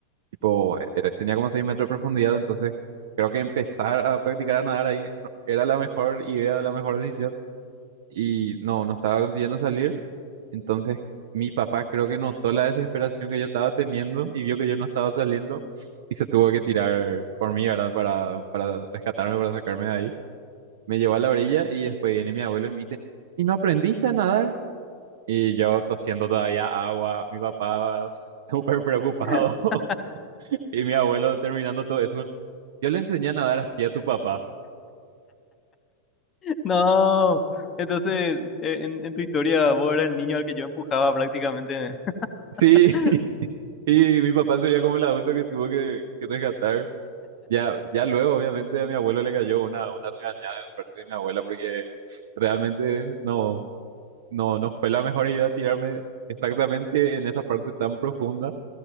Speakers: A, on the right; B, on the left.
A: tipo, eh, era- tenía como 6 metros de profundidad, entonces creo que empezar a practicar a nadar ahí no- era la mejor idea, la mejor decisión y no, no estaba consiguiendo salir Entonces mi papá creo que notó la desesperación que yo estaba teniendo y vio que yo no estaba saliendo y se tuvo que tirar por mí, ¿verdad? Para, para rescatarme, para sacarme de ahí. Me llevó a la orilla y después viene mi abuelo y me dice, ¿y no aprendiste a nadar? Y yo tosiendo todavía agua, mi papá <laughs> súper preocupado
B: <laughs>
A: <laughs> y mi abuelo terminando todo eso con, yo le enseñé a nadar así a tu papá.
B: No, entonces eh, en, en tu historia vos eras el niño al que yo empujaba prácticamente.
A: Sí,
B: <laughs>
A: <laughs> y mi papá sería como el adulto que tuvo que que rescatar. Ya, ya luego, obviamente, a mi abuelo le cayó una, una regañada de parte de mi abuela porque realmente no, no, no fue la mejor idea tirarme exactamente en esa parte tan profunda